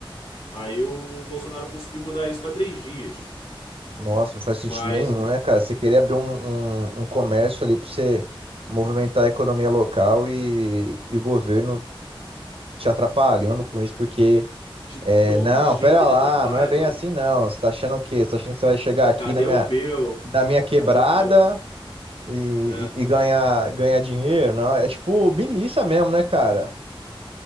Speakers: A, on the left (about 75°); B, on the right (about 75°).
A: Aí o Bolsonaro conseguiu mudar isso para três dias,
B: Nossa, não faz sentido
A: mas
B: nenhum, né, cara? Você querer abrir um, um, um comércio ali pra você movimentar a economia local e, e o governo te atrapalhando com isso, porque,
A: de
B: é,
A: todo
B: não,
A: jeito
B: pera
A: ele
B: lá,
A: atrapalha,
B: não é bem
A: mano.
B: assim, não. Você tá achando o quê? Você tá achando que você vai chegar aqui
A: Cadê
B: na minha,
A: o meu?
B: na minha quebrada
A: Cadê o meu?
B: e,
A: É,
B: e- e ganhar, ganhar dinheiro? Não, é tipo milícia mesmo, né, cara?